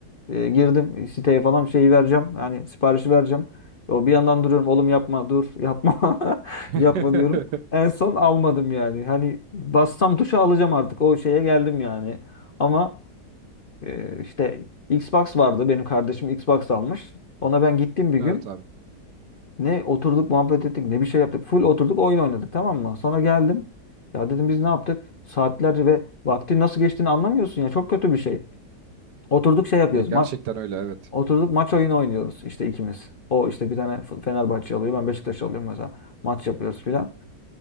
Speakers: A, on the left (about 40°); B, on the right (about 80°).
A: E, girdim siteye falan şeyi vereceğim. Yani siparişi vereceğim. O bir yandan duruyorum. Oğlum yapma dur yapma. <laughs>
B: <laughs>
A: Yapma diyorum. En son almadım yani. Hani bassam tuşa alacağım artık. O şeye geldim yani. Ama e, işte Xbox vardı. Benim kardeşim Xbox almış. Ona ben gittim bir
B: Evet
A: gün.
B: abi.
A: Ne oturduk muhabbet ettik ne bir şey yaptık. Full oturduk oyun oynadık tamam mı? Sonra geldim. Ya dedim biz ne yaptık? Saatlerce ve vakti nasıl geçtiğini anlamıyorsun ya. Çok kötü bir şey. Oturduk şey yapıyoruz.
B: Ya
A: ma-
B: gerçekten öyle evet.
A: oturduk maç oyunu oynuyoruz işte ikimiz. O işte bir tane F- Fenerbahçe alıyor. Ben Beşiktaş alıyorum mesela. Maç yapıyoruz filan.